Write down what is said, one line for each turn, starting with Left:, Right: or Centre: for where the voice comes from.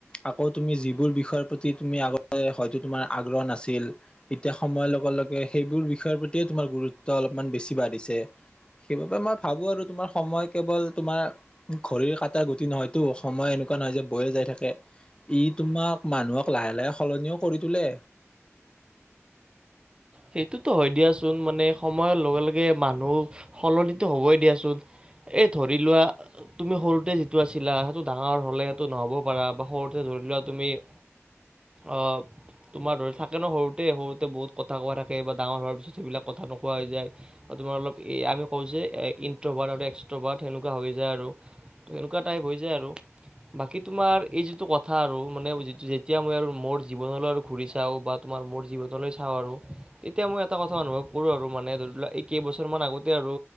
Left: আকৌ তুমি যিবোৰ বিষয় প্ৰতি- তি আগ হয়টো তোমাৰ আগ্ৰহ নাছিল এতিয়া সময়ৰ লগে লগে সেইবোৰ বিষয়ৰ প্ৰতিয়ে তোমাৰ গুৰুত্ব অলপমান বেছি বাঢ়িছে সেইবাবে মই ভাবো আৰু তোমাৰ সময় কেৱল তোমাৰ- ঘড়ী কাটা গুটি নহয়তো সময় এনেকুৱা নহয় যে বয়ে যাই থাকে ই তোমাক মানুহক লাহে ল লাহ সলনিও কৰি তোলে।
Right: সেইটোতো হয় দিয়াচোন মানে সময়ৰ লগে লগে মানুহ সলনি- টো হ'বই দিয়াচোন। এই ধৰি লোৱা তুমি সৰুতে যিটো আছিলা সেইটো ডাঙৰ হ'লে সেইটো নহ- হ'ব পাৰা বা সৰুতে ধৰি লোৱা তুমি- অ তোমাৰ ধৰি থাকে ন সৰুতে। সৰুতে বহুত কথা- কথা কোৱা থাকে বা ডাঙৰ হোৱাৰ পিছত সেইবিলাক কথা নোকোৱা হৈ যায় আৰু তোমাৰ অলপ আমি কওঁ যে ইণ্ট্ৰ হ- এক্সট্ৰ বাৰ্থ সেনেকুৱা হৈ যায় আৰু সেনেকুৱা টাইপ হৈ যায় আৰু। বাকী তোমাৰ এই যিটো কথা আৰু মানে যেতিয়া মই আৰু মোৰ জীৱনলৈ ঘুৰি চাওঁ বা- তোমাৰ মোৰ জীৱনলৈ চাওঁ আৰু। তেতিয়া মই এটা কথা অনুভৱ কৰো আৰু মানে ধৰি লোৱা এই কেইবছৰ মান আগতে আৰু